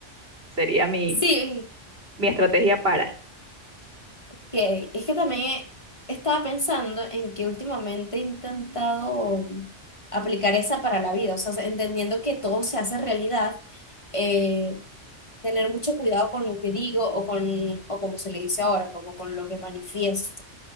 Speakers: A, on the right; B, on the left.
A: Sería mi,
B: Sí,
A: mi estrategia para.
B: Que es que también estaba pensando en que últimamente he intentado aplicar esa para la vida, o sea, entendiendo que todo se hace realidad, eh, tener mucho cuidado con lo que digo o con, o como se le dice ahora, como con lo que manifiesto.